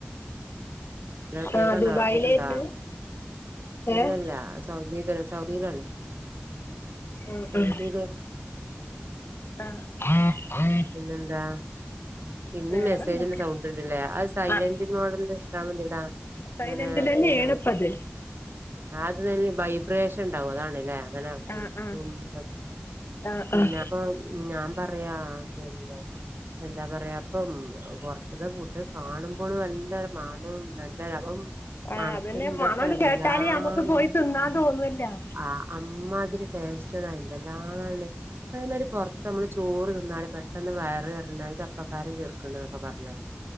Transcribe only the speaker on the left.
ആഹ് ദുബായിലായിരുന്നു
ഏഹ്
ആഹ്
ആഹ് ആഹ്
വേറെന്തൊക്കെ
ആഹ്
സൈലന്റിലന്നെയാണ്
ഇപ്പത്
ആഹ് ആഹ്
ആഹ്
ആഹ്
ആഹ്
അതന്നെ
മണാണ്ട്
കേട്ടാല് നമ്മക്ക് പോയി തിന്നാൻ തോന്നുവല്ലോ